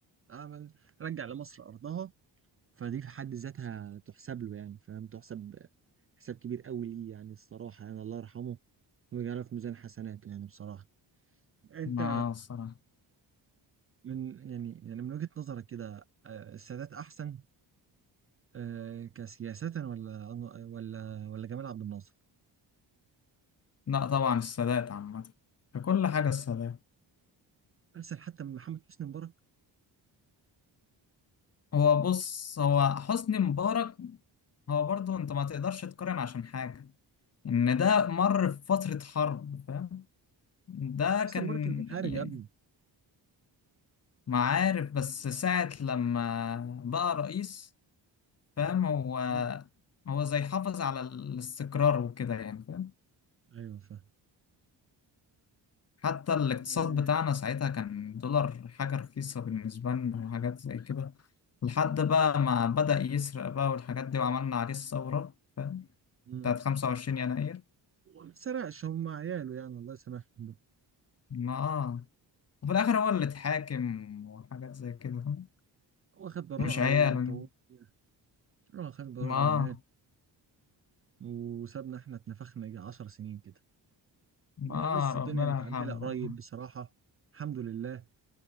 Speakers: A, on the right (about 30°); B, on the left (about 35°).
A: عمل رجع لمصر ارضها فدي في حد ذاتها تحسب له يعني فاهم تحسب حساب كبير قوي ليه يعني الصراحه يعني الله يرحمه ويجعله في ميزان حسناته يعني بصراحه انت
B: ما الصراحة
A: من يعني يعني من وجهه نظرك كده آه، السادات احسن آه، كسياسه ولا ولا ولا جمال عبد الناصر
B: لا طبعا السادات عامة ككل حاجة السادات
A: احسن حتى من محمد حسني مبارك
B: هو بص هو حسني مبارك هو برضه انت ما تقدرش تقارن عشان حاجة ان ده مر في فترة حرب فاهم ده
A: ما حسني
B: كان
A: مبارك كان بيحارب
B: يعني
A: يا ابني
B: معارف بس ساعة لما بقى رئيس فاهم هو
A: مم.
B: هو زي حافظ على الاستقرار وكده يعني
A: ايوه فاهم
B: حتى الاقتصاد
A: آه،
B: بتاعنا ساعتها كان دولار حاجة رخيصة بالنسبة لنا وحاجات زي كده لحد بقى ما بدأ يسرق بقى والحاجات دي وعملنا عليه الثورة فاهم
A: مم.
B: بتاعت 25 يناير
A: هو ما سرقش هم عياله يعني الله يسامحهم
B: ما آه وفي الآخر هو اللي اتحاكم وحاجات زي كده فاهم
A: هو خد براءة
B: مش عياله
A: وتوفى
B: يعني.
A: اه خد براءة
B: ما
A: ومات
B: آه
A: وسابنا احنا اتنفخنا يجي 10 سنين كده
B: ما
A: ما
B: آه
A: لسه
B: ربنا
A: الدنيا متعدلة
B: يرحمه
A: قريب
B: بقى
A: بصراحة الحمد لله